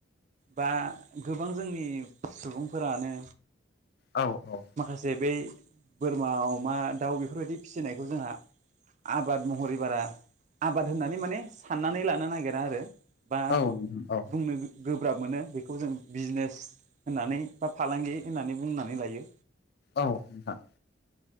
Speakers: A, on the right; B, on the left.
A: बा गोबां जोंनि सुबुंफोरानो
B: औ औ
A: माखासे बै बोरमा, अमा, दाउ बेफोरबायदि फिसिनायखौ जोंहा आबाद महरै बारा आबाद होननानै माने साननानै लानो नागिरा आरो बा
B: औ नोंथां
A: बुंनो गो गोब्राब मोनो बेखौ जों बिजनेस होननानै बा फालांगि होननानै बुंनानै लायो।
B: औ नोंथां